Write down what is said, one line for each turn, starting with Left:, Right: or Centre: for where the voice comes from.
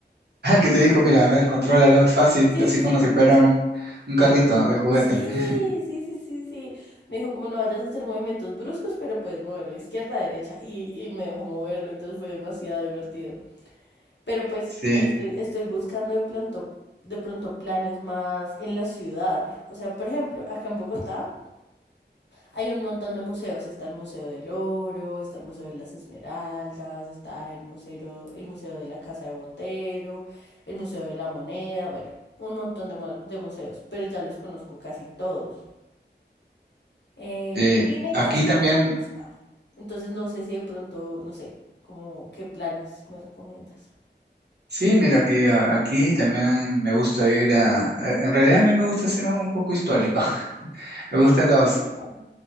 Right: Ah, que te dijo, mira, a ver, contrólalo, es fácil,
Left: Sí,
Right: así
Left: sí,
Right: como
Left: sí,
Right: si fuera
Left: sí.
Right: un, un carrito de juguete.
Left: Sí,
Right: <laughs>
Left: sí, sí, sí, sí. Me dijo como no vayas a hacer movimientos bruscos, pero puedes moverlo izquierda, derecha y, y me dejó moverlo, entonces fue demasiado divertido. Pero pues
Right: Sí,
Left: estoy, estoy buscando de pronto, de pronto planes más en la ciudad. O sea, por ejemplo, acá en Bogotá. Hay un montón de museos, está el Museo del Oro, está el Museo de las Esmeraldas, está el Museo, el Museo de la Casa de Botero, el Museo de la Moneda, bueno, un montón de, mu- de museos, pero ya los conozco casi todos. Eh,
Right: sí.
Left: cine
Right: Aquí
Left: casi
Right: también,
Left: no me gusta, entonces no sé si de pronto, no sé, como qué planes me recomiendas.
Right: sí, mira, aquí, a- aquí también me gusta ir a, a- en realidad a mí me gusta ser un poco histórico. <laughs> Me gustan
Left: Ay, Me
Right: los,
Left: encanta.